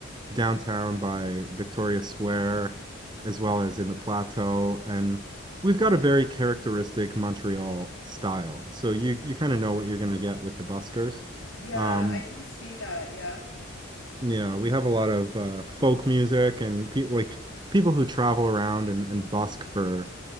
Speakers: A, on the right; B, on the left.
A: downtown by Victoria Square, as well as in the plateau, and we've got a very characteristic Montreal style. So you you kind of know what you're going to get with the buskers.
B: Yeah,
A: Um,
B: I can see that. Yeah.
A: Yeah, we have a lot of uh, folk music and pe like people who travel around and, and busk for